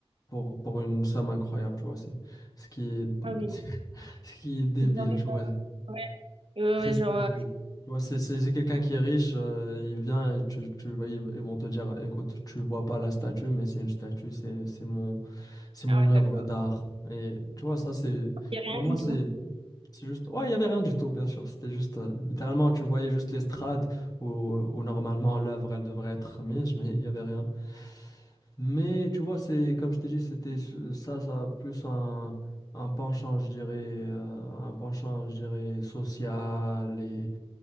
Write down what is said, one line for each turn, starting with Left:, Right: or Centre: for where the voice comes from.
Left: pour, pour une somme incroyable, tu vois, c'est ce qui est, <laughs>
Right: Ah oui.
Left: ce qui est débile,
Right: C'est bien vrai.
Left: tu vois,
Right: Ouais, ouais,
Left: Très
Right: ouais,
Left: stupide.
Right: genre. euh,
Left: Tu vois, c'est c'est- c'est quelqu'un qui est riche, euh, il vient et tu, tu vas- ils ils vont te dire, écoute, tu vois pas la statue, mais c'est une statue, c'est c'est mon c'est mon
Right: Ah ouais,
Left: œuvre
Right: d'accord.
Left: d'art. Et tu vois, ça c'est
Right: Il a rien
Left: pour moi
Right: du
Left: c'est
Right: tout.
Left: c'est juste, ouais, il y avait rien du tout, bien sûr. C'était juste, euh, littéralement, tu voyais juste l'estrade où, où normalement l'œuvre, elle devrait être mise, mais il y avait rien. Mais tu vois, c'est comme je t'ai dit, c'était ce- ça, ça, plus un, un penchant, je dirais, euh, un penchant, je dirais, social et